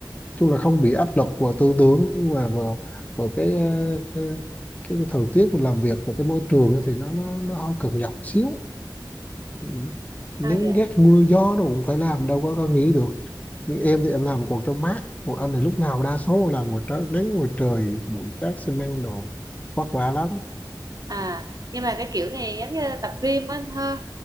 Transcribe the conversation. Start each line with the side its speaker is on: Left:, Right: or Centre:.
Left: chung là không bị áp lực vào tư tưởng nhưng mà vào, vào cái ờ, cái thời tiết mình làm việc và cái môi trường ấy thì nó nó nó hơi cực nhọc xíu Ừ. nắng
Right: à dạ
Left: ghét mưa gió đâu cũng phải làm đâu có có nghỉ được nhưng em thì em làm còn trong mát còn anh thì lúc nào đa số làm ngoài trời nắng ngoài trời bụi cát xi măng đồ vất vả lắm
Right: à nhưng mà cái kiểu này giống như tập gym á anh ha